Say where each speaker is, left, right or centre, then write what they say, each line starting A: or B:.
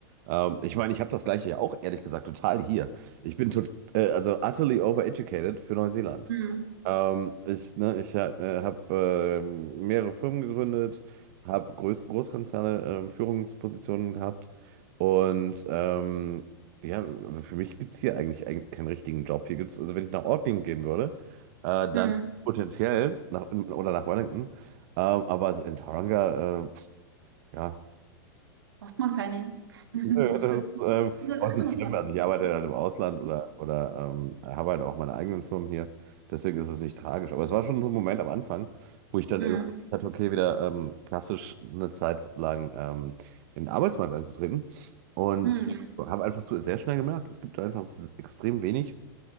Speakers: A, on the right; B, on the right.
A: Ähm, ich meine, ich habe das Gleiche ja auch, ehrlich gesagt, total hier. Ich bin tot, äh, also utterly overeducated für Neuseeland.
B: Hm.
A: Ähm, ich ne, ich habe äh, mehrere Firmen gegründet, habe Groß Großkonzerne ähm, Führungspositionen gehabt und ähm, ja, also für mich gibt es hier eigentlich, eigentlich keinen richtigen Job. Hier gibt's, also wenn ich nach Auckland gehen würde, äh, dann
B: Hm.
A: potenziell nach, oder nach Wellington, ähm, aber also in Tauranga, äh, ja.
B: Braucht man keine <laughs>
A: Nö,
B: große.
A: das ist ähm,
B: Das
A: auch nicht
B: kann man
A: schlimm.
B: machen.
A: Also ich arbeite halt im Ausland oder,
B: Hm.
A: oder ähm, habe halt auch meine eigenen Firmen hier. Deswegen ist es nicht tragisch. Aber es war schon so ein Moment am Anfang, wo ich dann
B: Hm.
A: überlegt hatte, okay, wieder ähm, klassisch eine Zeit lang ähm, in den Arbeitsmarkt einzutreten. Und
B: ja.
A: habe einfach so sehr schnell gemerkt, es gibt einfach s- extrem wenig